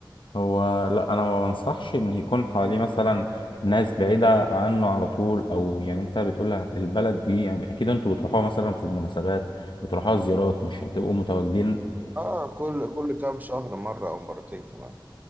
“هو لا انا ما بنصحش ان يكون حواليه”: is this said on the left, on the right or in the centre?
Left